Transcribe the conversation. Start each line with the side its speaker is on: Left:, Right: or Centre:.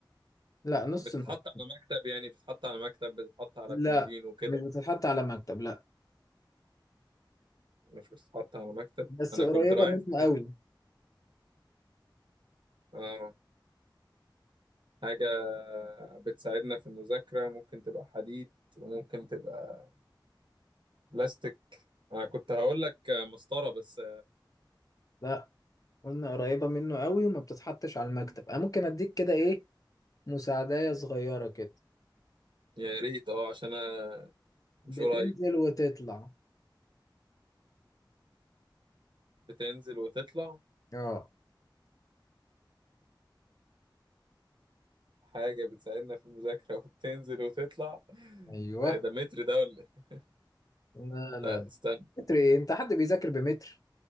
Left: لا نص
Right: بتتحط
Left: نص
Right: على مكتب يعني بتتحط على مكتب بتتحط على
Left: لا
Right: كومودين وكده
Left: مش بتتحط على مكتب لا
Right: مش بتتحط على مكتب
Left: بس
Right: انا
Left: قريبة
Right: كنت رايح
Left: منه
Right: في حته
Left: قوي
Right: اه حاجه بتساعدنا في المذاكره ممكن تبقى حديد وممكن تبقى بلاستيك انا كنت هقول لك مسطره بس
Left: لا قلنا قريبة منه قوي وما بتتحطش على المكتب انا ممكن اديك كده ايه مساعدة صغيرة كده
Right: يا ريت اه عشان انا مش
Left: بتنزل
Right: قريب
Left: وتطلع
Right: بتنزل وتطلع
Left: اه
Right: حاجه بتساعدنا في المذاكره <laughs> وبتنزل وتطلع
Left: ايوه
Right: ده ده متر ده ولا إيه؟
Left: لا لا
Right: لا
Left: لا.
Right: استنى
Left: متر ايه انت حد بيذاكر بمتر